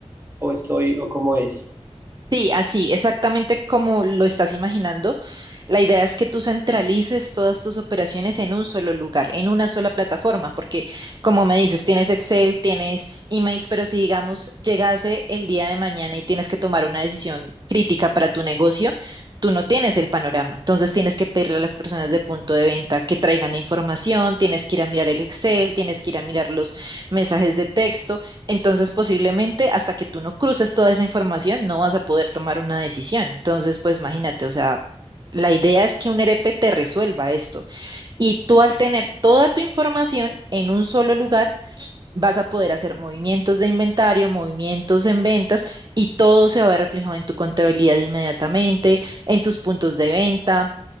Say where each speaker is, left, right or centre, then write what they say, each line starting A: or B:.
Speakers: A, on the right; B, on the right.
A: o estoy, o cómo es.
B: Sí, así, exactamente como lo estás imaginando. La idea es que tú centralices todas tus operaciones en un solo lugar, en una sola plataforma, porque como me dices, tienes Excel, tienes emails, pero si digamos llegase el día de mañana y tienes que tomar una decisión crítica para tu negocio, tú no tienes el panorama. Entonces tienes que pedirle a las personas de punto de venta que traigan la información, tienes que ir a mirar el Excel, tienes que ir a mirar los mensajes de texto. Entonces, posiblemente hasta que tú no cruces toda esa información, no vas a poder tomar una decisión. Entonces, pues imagínate, o sea, la idea es que un ERP te resuelva esto. Y tú al tener toda tu información en un solo lugar, vas a poder hacer movimientos de inventario, movimientos en ventas y todo se va a ver reflejado en tu contabilidad inmediatamente, en tus puntos de venta.